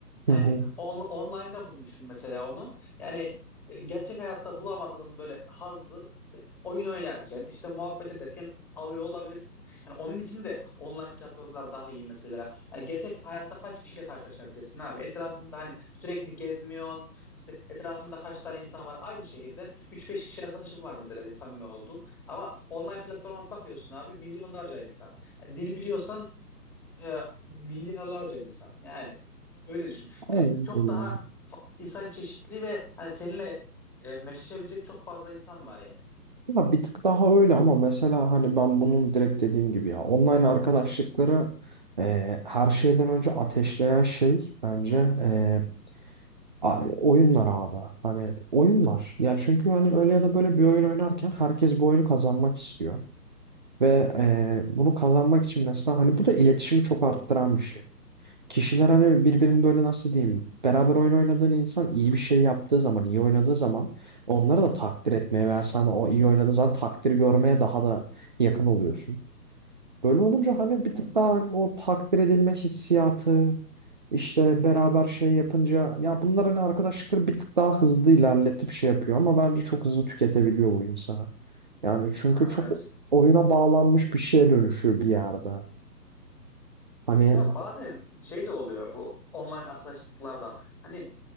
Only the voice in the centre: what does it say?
Yani
on online'da bulmuşum mesela onu. Yani e, gerçek hayatta bulamadığın böyle hazzı işte oyun oynarken, işte muhabbet ederken alıyor olabilirsin. Yani onun için de online platformlar daha iyi mesela. Yani gerçek hayatta kaç kişiyle karşılaşabilirsin abi? Etrafında hani sürekli gezmiyorsun. İşte etrafında kaç tane insan var aynı şehirden üç beş kişi arkadaşın var mesela samimi oldun. Ama online platforma bakıyorsun abi milyonlarca insan. Yani dil biliyorsan e, milyarlarca insan. Yani öyle düşün.
Yani çok
daha fa- insan çeşitliliği ve hani seninle e, meşleşebilecek çok fazla insan var yani.
Ha,
evet.
Ya bazen şey de oluyor bu online arkadaşlıklarda. Hani